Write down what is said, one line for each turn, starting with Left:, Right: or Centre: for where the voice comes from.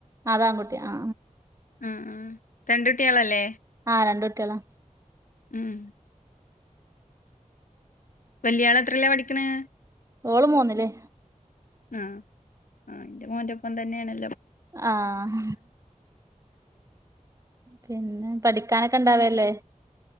Right: അതാങ്കുട്ടി ആ
Left: ഉം രണ്ട് ട്ടിളല്ലേ
Right: ആ രണ്ടുട്ടിളാ
Left: ഉം വല്യാള ത്രീലാ പഠിക്ക്ണ്.
Right: ഓളും പോന്നില്ലേ
Left: ആഹ ആ് ന്റെ മോന്റെപ്പം തന്നെണ്
Right: ആഹ പിന്നെ പഠിക്കാനൊക്കെ ഇണ്ടാവല്ലേ